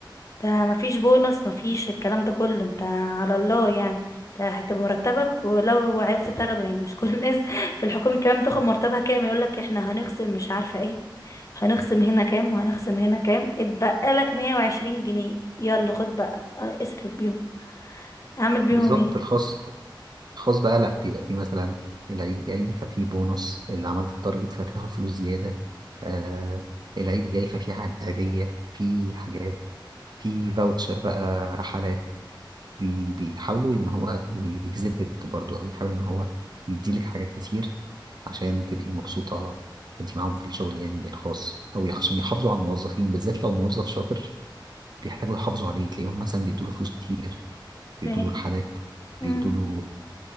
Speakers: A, on the left (about 40°); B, on the right (about 55°).
A: ده مفيش بونص مفيش الكلام ده كله انت على الله يعني ده هتبقى مرتبك ولو عرفت تاخده يعني مش كل الناس <laughs> في الحكومة كمان بتاخد مرتبها كام يقولك احنا هنخصم مش عارفة ايه هنخصم هنا كام وهنخصم هنا كام اتبقى لك 120 جنيه يلا خد بقى اه، اصرف بيهم اعمل بيهم
B: بالظبط
A: ايه
B: الخاص الخاص بقى لا بيبقى فيه مثلا العيد جاي ففي بونص اللي عملت التارجت فتاخد فلوس زيادة آه العيد جاي ففي حاجة عادية في حاجات في فاوتشر بقى رحلات بي بيحاولوا ان هو يجذبك برضو او يحاول ان هو يديلك حاجات كتير عشان تبقي مبسوطة وانت معاهم في الشغل يعني الخاص او عشان يحافظوا على الموظفين بالذات لو موظف شاطر بيحتاجوا يحافظوا عليه تلاقيهم مثلا بيدوا له فلوس كتير بيدوا
A: في ايه
B: له رحلات
A: امم
B: بيدوا له